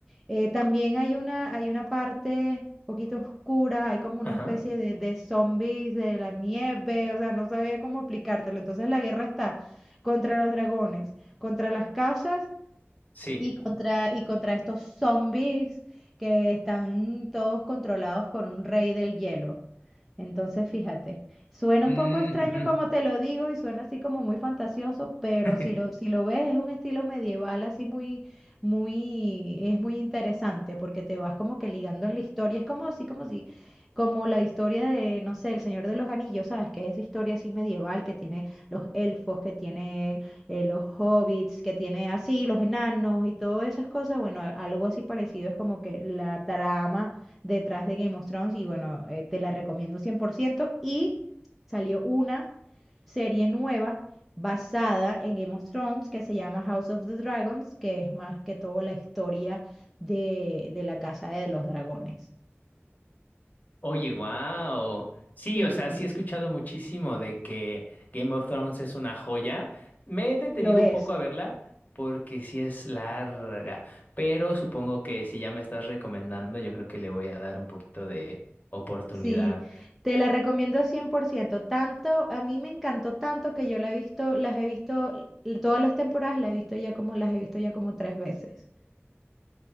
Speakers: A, in the centre; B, on the left.
A: Eh, también hay una, hay una parte un poquito oscura, hay como una
B: Ajá.
A: especie de, de zombies de la nieve, o sea, no sabía cómo explicártelo. Entonces la guerra está contra los dragones, contra las casas
B: Sí.
A: y contra, y contra estos zombies que están todos controlados por un rey del hielo. Entonces, fíjate, suena
B: Mm,
A: un poco extraño
B: ujú.
A: como te lo digo y suena así como muy fantasioso, pero
B: <laughs>
A: si lo, si lo ves es un estilo medieval así muy, muy, es muy interesante porque te vas como que ligando en la historia. Es como así como si, como la historia de, no sé, El Señor de los Anillos, ¿sabes? Que es esa historia así medieval que tiene los elfos, que tiene eh, los hobbits que tiene así, los enanos y todas esas cosas, bueno, a- algo así parecido es como que la trama detrás de Game of Thrones y bueno, eh, te la recomiendo 100% y salió una serie nueva basada en Game of Thrones que se llama House of the Dragons, que es más que todo la historia de, de la Casa de los Dragones.
B: Oye, wow. Sí,
A: Sí,
B: o sea,
A: sí,
B: sí he escuchado muchísimo de que Game of Thrones es una joya. Me he detenido
A: lo es.
B: un poco a verla porque sí es larga, pero supongo que si ya me estás recomendando, yo creo que le voy a dar un poquito de oportunidad.
A: Sí, te la recomiendo 100%. Tanto, a mí me encantó tanto que yo la he visto, las he visto, l- todas las temporadas la he visto ya como, las he visto ya como tres veces.